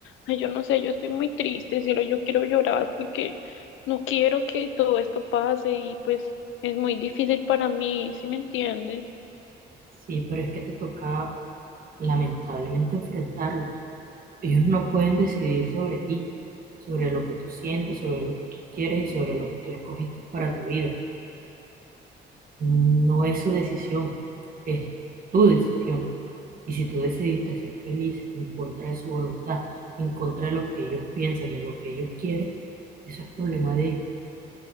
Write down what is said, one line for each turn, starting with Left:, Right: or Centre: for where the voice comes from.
Left: ay, yo no sé, yo estoy muy triste, cielo, yo quiero llorar porque no quiero que todo esto pase y pues es muy difícil para mí, ¿sí me entiendes?
Right: Sí, pero es que te toca lamentablemente enfrentarlos. Ellos no pueden decidir sobre ti, sobre lo que tú sientes, sobre lo que tú quieres y sobre lo que tú escogiste para tu vida. No es su decisión, es tu decisión. Y si tú decidiste ser feliz en contra de su voluntad, en contra de lo que ellos piensan y en lo que ellos quieren, eso es problema de ellos.